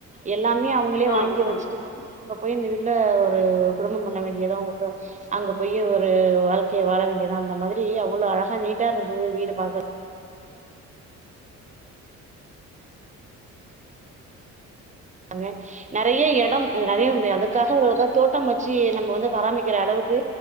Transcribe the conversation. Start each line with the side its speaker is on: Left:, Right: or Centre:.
Right: எல்லாமே அவங்களே
Left: ம்
Right: வாங்கி
Left: ம்
Right: வெச்சுடாங்க
Left: ம்
Right: அங்க போய் இந்த வீட்ல ஒரு குடும்பம் பண்ண வேண்டியதுதா அங் உள்ள அங்க போய் ஒரு வாழ்க் கையே வாழ வேண்டியதா அந்த மாதிரி அவ்வளோ அழகா நீட்டா ரெண்டு பேரு வீடு பாக்குற ங்க நெறைய எடம் அ நெறைய ம் அதுக்காக ஒரு இதா தோட்டம் வச்சு நம்ம வந்து பராமிக்கிற அளவுக்கு